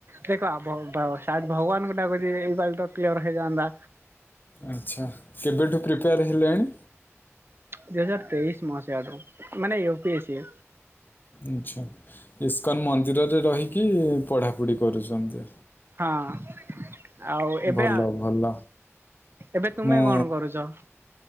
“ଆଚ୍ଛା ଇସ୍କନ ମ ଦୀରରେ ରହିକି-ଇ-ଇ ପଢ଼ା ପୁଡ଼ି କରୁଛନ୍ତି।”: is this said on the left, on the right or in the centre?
Left